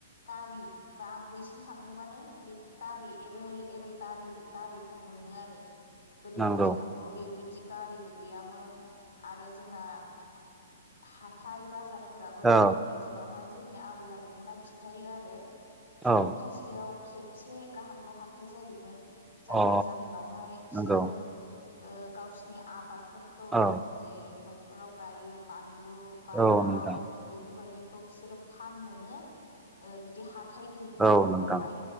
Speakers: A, on the left; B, in the centre.
A: गारि बा आं बैसिम थांनोबानो बे गारि एबेल एभेल गारि गारिफोर मोनो आरो। गोदोनि
B: नंगौ
A: दिनावथ' बेबायदि गारिबो गैयामोन। आरो जोंना हाथथाय बा फोराबो
B: औ
A: गोदोनि दिनावहाय जोंनि आबै आबौमोना खिन्थायो आरो सप्तासेयाव
B: औ
A: खेबसे गाहामल' हाथथाय जायोमोन। जायनि
B: अ
A: जाहोनावहाय बिसोरो
B: नंगौ
A: ओ गावसिनि आबादफोरखौ
B: औ
A: जे न'फोराव गायो बानलु बा
B: औ
A: दाउ
B: नोंथां
A: बेफोरबायदिखौ बिसोरो फाननोनो ओ बिदि हा फिथाइ गैयिनि जाउनावहाय
B: औ नोंथां